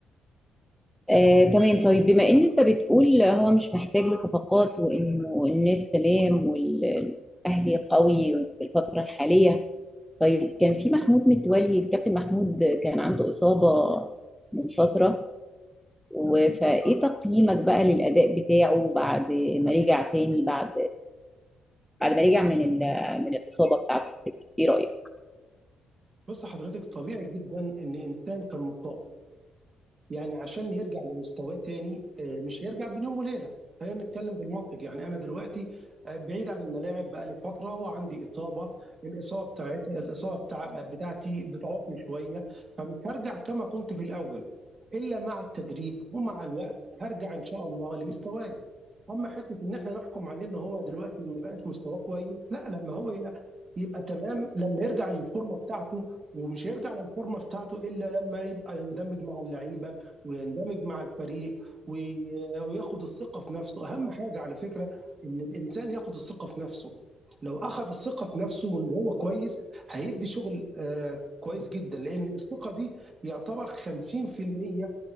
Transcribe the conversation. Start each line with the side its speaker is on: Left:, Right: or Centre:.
Centre: آه، تمام طيب بما ان انت بتقول هو مش محتاج لصفقات وانه الناس تمام والاهلي قوي في الفتره الحاليه طيب كان في محمود متولي الكابتن محمود كان عنده اصابه من فتره و- فايه تقييمك بقى للاداء بتاعه بعد ما رجع تاني بعد بعد ما رجع من ال- من الاصابه بتاعته ايه رايك
Right: بص حضرتك طبيعي جدا ان انسان كان مصاب يعني عشان يرجع لمستواه تاني آه، مش هيرجع بين يوم وليله خلينا نتكلم بالمنطق يعني انا دلوقتي آه، بعيد عن الملاعب بقالي فتره وعندي اصابه الاصابه بتاعتي الاصابه بتاع بتاعتي بتعوقني شويه فمش هرجع كما كنت في الاول الا مع التدريب ومع الوقت هرجع ان شاء الله لمستواي اما حته ان احنا نحكم عليه ان هو دلوقتي ما بقاش مستواه كويس لا لما هو ي- يبقى تمام لما يرجع للفورمه بتاعته ومش هيرجع للفورمه بتاعته الا لما يبقى يندمج مع اللعيبه ويندمج مع الفريق وي- وياخد الثقة في نفسه أهم حاجة على فكرة إن الإنسان ياخد الثقة في نفسه لو أخد الثقة في نفسه وإن هو كويس هيدي شغل آه، كويس جدا لأن الثقة دي يعتبر 50%